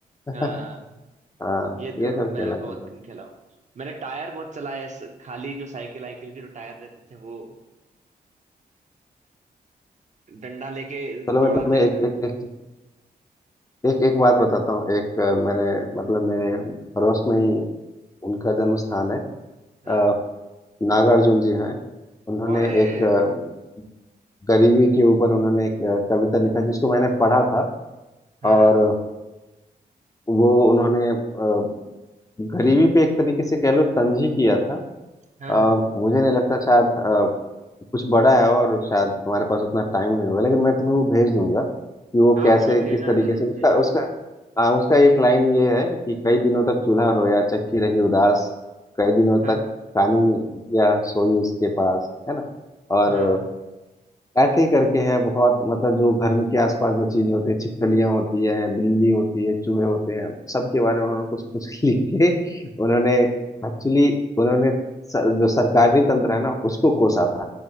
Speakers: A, on the right; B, on the left.
A: हाँ
B: <laughs> हाँ
A: ये
B: ये
A: तो
B: सब
A: मैं
B: खेला
A: भी बहुत
B: करता था
A: गेम खेला हूँ मैंने टायर बहुत चलाया है स- खाली जो साइकिल आइकिल के जो टायर रहते थे वो डंडा लेके
B: चलो मैं
A: दौड़ाते
B: तुम्हें एक
A: थे ना
B: एक एक एक, एक बात बताता हूँ एक अ, मैंने मतलब मेरे पड़ोस में ही उनका जन्म स्थान है
A: हाँ
B: अ, नागार्जुन जी हैं उन्होंने
A: और ए,
B: एक अ, गरीबी
A: हम्म,
B: के ऊपर उन्होंने एक अ, कविता लिखा जिसको मैंने पढ़ा था
A: हाँ
B: और
A: हाँ
B: वो उन्होंने अ, गरीबी पे एक तरीके से कह लो तंज ही किया था
A: हाँ
B: अ,
A: हाँ,
B: मुझे नहीं लगता शायद अ, कुछ बड़ा है और शायद तुम्हारे पास उतना टाइम नहीं होगा लेकिन मैं तुम्हें वो भेज दूंगा कि वो
A: हाँ,
B: कैसे
A: आप मुझे
B: किस
A: भेजना
B: तरीके
A: जरूर
B: से उसका
A: भेजना
B: उसका हाँ उसका एक लाइन ये है कि कई दिनों तक चूल्हा रोया चक्की रही उदास कई दिनों
A: हाँ
B: तक कानी या सोई उसके पास है ना और
A: हाँ
B: ऐसे ही करके है बहुत मतलब जो घर में के आसपास जो चीजें होती है छिपकलियां होती है बिल्ली होती है चूहे होते हैं सबके बारे में उन्होंने कुछ कुछ <laughs> लिख के उन्होंने एक्चुअली उन्होंने सर, जो सरकारी तंत्र है ना उसको कोसा था